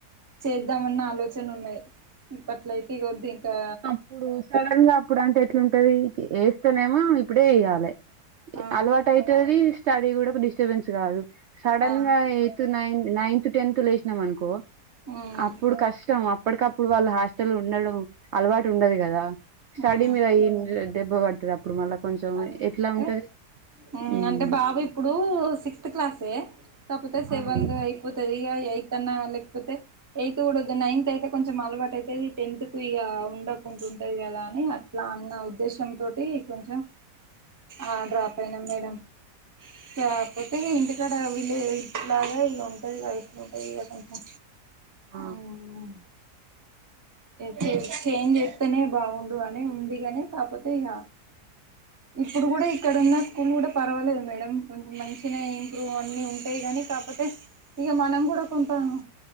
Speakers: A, on the right; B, on the right.
A: చేద్దామన్న ఆలోచన ఉన్నాయి ఇప్పట్లయితే ఇగోద్ది ఇంకా
B: ఇప్పుడు సడన్ గా అప్పుడు అంటే ఎట్లుంటది ఏస్తేనేమో ఇప్పుడే ఏయ్యాలి
A: ఆ
B: అలవాటు అయితది స్టడీ కూడా ఒక డిస్టర్బెన్స్ కాదు సడన్
A: ఆ
B: గా అయి తు నై నైన్త్ టెన్త్ లో వేసినమనుకో
A: ఉమ్
B: అప్ ఇప్పుడు కష్టం అప్పటికప్పుడు వాళ్ళు హాస్టల్ ఉండడు అలవాటు ఉండదు కదా స్టడీ
A: ఉమ్
B: మీదయిన్ దెబ్బ పడతది అప్పుడు మళ్ళా కొంచెం
A: అంటే
B: ఎట్లా ఉంటది
A: హ్మ్
B: ఉమ్,
A: అంటే బాబు ఇప్పుడు సిక్స్ సిస్త్ క్లాసే కాకపోతే సెవెద్
B: అవును.
A: అయిపోతది ఇగ ఎయిత్ అన్న లేకపోతే ఎయిత్ కూడవద్దు నైన్త్ అయితే కొంచెం అలవాటు అయితది టెన్త్ కు ఇగ ఉండకుంటది కదా అని అట్లా అన్న ఉద్దేశ్యం తోటి కొం ఆ డ్రాప్ అయినాం మేడం కాపోతే ఇంటి ఇక్కడ వీళ్ళ ఇట్లగా ఇలా ఉంటది ఇట్లు ఉంటది ఇగ కొంచెం
B: ఆ
A: మ్మ్ చేంజ్ చేస్తేనే బాగుండు అని ఉందిగాని కాపోతే ఇగ ఇప్పుడు కూడ ఇక్కడ ఉన్న స్కూల్ కూడా పర్వాలేదు మేడం కొంచెం మంచిగనే ఇంప్రూవ్ అన్ని ఉంటాయి గానీ కాపోతే ఇగ మనం కూడా కొంటాం